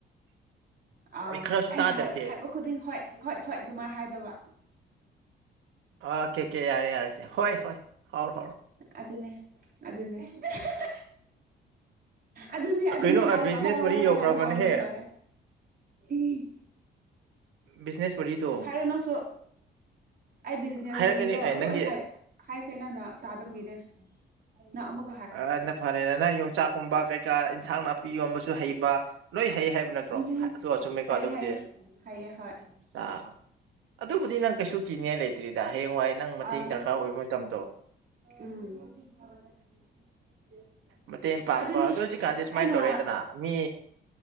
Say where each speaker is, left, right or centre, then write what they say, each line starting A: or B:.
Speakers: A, on the right (about 50°); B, on the right (about 80°).
A: ꯑꯥ
B: ꯈꯔꯁꯨ
A: ꯑꯩꯅ
B: ꯇꯥꯗ꯭ꯔꯗꯤ
A: ꯍꯥꯏꯍꯥꯏꯕ ꯈꯨꯗꯤꯡ ꯍꯣꯏꯍꯣꯏꯍꯣꯏ ꯑꯗꯨꯃꯥꯏ ꯍꯥꯏꯗꯧꯕ
B: ꯑꯣꯀꯦ ꯀꯦ ꯀꯦ ꯌꯥꯔꯦ ꯌꯥꯔꯦꯁꯦ ꯍꯣꯏ ꯍꯣꯏ ꯍꯧꯔꯣ ꯍꯧꯔꯣ
A: ꯑꯗꯨꯅꯦ ꯑꯗꯨꯅꯦ ꯏ ꯍꯥ ꯍꯥ ꯑꯗꯨꯅꯦ ꯑꯗꯨꯅꯦ
B: ꯀꯩꯅꯣ
A: ꯍꯥꯏꯔꯒ
B: ꯕꯤꯖꯤꯅꯦꯁ
A: ꯍꯣꯏ ꯍꯣꯏ
B: ꯋꯥꯔꯤ
A: ꯍꯣꯏ
B: ꯌꯧꯈ꯭ꯔꯕꯅꯦꯍꯦ
A: ꯍꯥꯏꯕ ꯍꯥꯎꯔꯗꯤ ꯂꯣꯏꯔꯦ ꯎꯝ
B: ꯕꯤꯖꯤꯅꯦꯁ ꯋꯥꯔꯤꯗꯣ
A: ꯍꯥꯏꯔꯣ ꯅꯪꯁꯨ ꯑꯩ ꯕꯤꯖꯤꯅꯦꯁ
B: ꯍꯥꯏꯔꯛꯀꯅꯤ
A: ꯋꯥꯔꯤꯗꯣ
B: ꯑꯦ ꯅꯪꯒꯤ
A: ꯂꯣꯏ ꯍꯥꯏ ꯍꯥꯏꯈ꯭ꯔꯦ ꯅꯪꯅ ꯇꯥꯗꯕꯒꯤꯅꯦ ꯅꯪ ꯑꯃꯨꯛ
B: ꯑꯅ ꯐꯔꯦꯅꯦ ꯅꯪ ꯌꯣꯡꯆꯥꯛꯀꯨꯝꯕ ꯀꯩꯀꯥ ꯏꯟꯁꯥꯡ ꯅꯥ ꯏꯔꯣꯝꯕꯁꯨ ꯍꯩꯕ ꯂꯣꯏ ꯍꯩꯍꯥꯏꯕ ꯅꯠꯇ꯭ꯔꯣ
A: ꯎꯝ ꯍꯝ
B: ꯍꯥꯌꯕꯗꯣ ꯆꯨꯝꯃꯦꯀꯣ
A: ꯍꯥꯏꯌꯦ
B: ꯑꯗꯨꯕꯨꯗꯤ
A: ꯍꯥꯏꯌꯦ ꯍꯥꯏꯌꯦ ꯍꯣꯏ
B: ꯑ ꯑꯗꯨꯕꯨꯗꯤ ꯅꯪ ꯀꯩꯁꯨ ꯀꯤꯅꯤꯡꯉꯥꯏ ꯂꯩꯇ꯭ꯔꯤꯗ ꯍꯌꯦꯡꯋꯥꯏ ꯅꯪ ꯃꯇꯦꯡ
A: ꯑꯥ
B: ꯗꯔꯀꯥꯔ ꯑꯣꯏꯕ ꯃꯇꯝꯗꯣ
A: ꯎꯝ
B: ꯃꯇꯦꯡ ꯄꯥꯡꯕ
A: ꯑꯗꯨꯅꯦ
B: ꯑꯗꯨ ꯍꯧꯖꯤꯛꯀꯥꯟꯗꯤ ꯁꯨꯃꯥꯏꯅ
A: ꯑꯩꯅ
B: ꯇꯧꯔꯦꯗꯅ ꯃꯤ